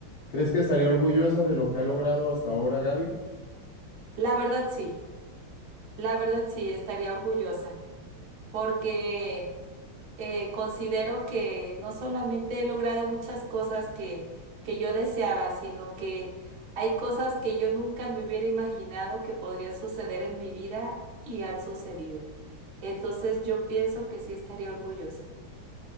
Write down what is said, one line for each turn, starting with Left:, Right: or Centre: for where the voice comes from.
Left: ¿Crees que estaría orgullosa de lo que ha logrado hasta ahora, Gaby?
Right: La verdad, sí. La verdad sí, estaría orgullosa, porque eh, considero que no solamente he logrado muchas cosas que, que yo deseaba, sino que hay cosas que yo nunca me hubiera imaginado que podrían suceder en mi vida y han sucedido. Entonces yo pienso que sí estaría orgullosa.